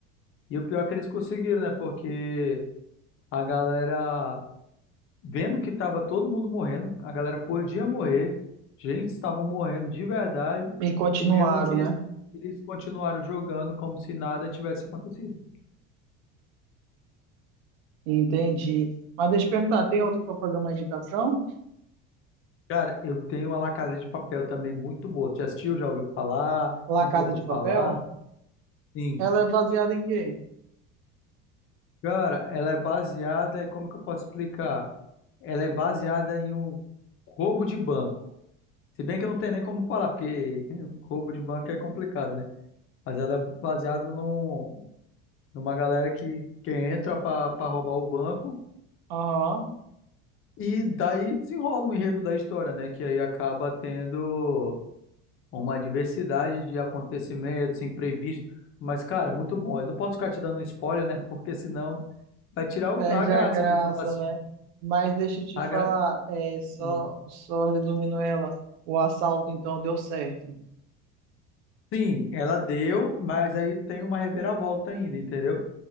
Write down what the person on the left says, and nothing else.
E o pior é que eles conseguiram, né? Porque a galera, vendo que tava todo mundo morrendo, a galera podia morrer, gente, estavam morrendo de verdade,
e mesmo assim
eles, eles continuaram jogando como se nada tivesse acontecido.
Cara, eu tenho uma La Casa de Papel também muito boa. Já assistiu? Já ouviu falar?
Nunca
ouviu
falar?
Sim.
Cara, ela é baseada, e como que eu posso explicar? Ela é baseada em um roubo de banco. Se bem que eu não tenho nem como falar, porque <laughs> roubo de banco é complicado, né? Mas ela é baseada num, numa galera que, que entra pra pra roubar o banco
e daí desenrola um enredo da história, né? Que aí acaba tendo uma diversidade de acontecimentos imprevistos. Mas, cara, muito bom. Eu não posso ficar te dando spoiler, né? Porque senão vai tirar o-
a graça
de tu estar assistindo.
A
gra...
hum.
Sim, ela deu, mas aí tem uma reviravolta ainda, entendeu?